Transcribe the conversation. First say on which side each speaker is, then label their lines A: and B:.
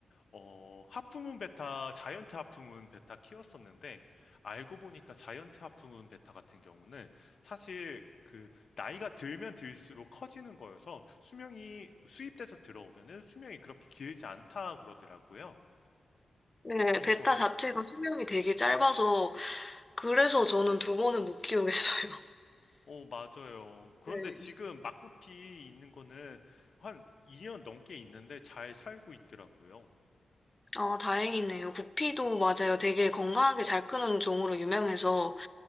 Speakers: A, on the left (about 55°); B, on the left (about 20°).
A: 어 하프문 베타, 자이언트 하프문 베타 키웠었는데 알고 보니까 자이언트 하프문 베타 같은 경우는 사실 그 나이가 들면 들수록 커지는 거여서 수명이 수입돼서 들어오면은 수명이 그렇게 길지 않다 그러더라고요.
B: 네,
A: 그래서
B: 베타 자체가 수명이 되게 짧아서 그래서 저는 두 번은 못 키우겠어요. <laughs>
A: 어 맞아요. 그런데
B: 네.
A: 지금 막구피 있는 거는 한 2년 넘게 있는데 잘 살고 있더라고요.
B: 아, 다행이네요. 구피도 맞아요. 되게 건강하게 잘 크는 종으로 유명해서